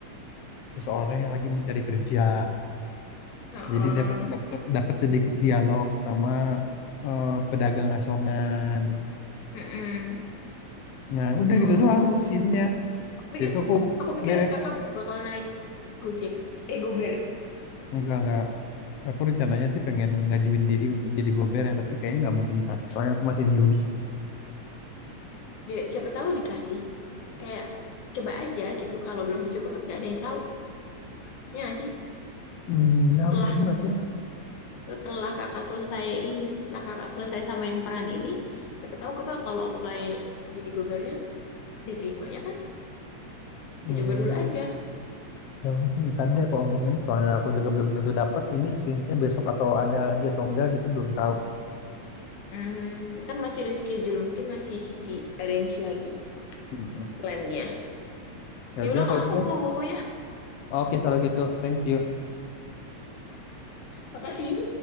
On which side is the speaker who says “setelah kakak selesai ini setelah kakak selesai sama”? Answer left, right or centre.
Left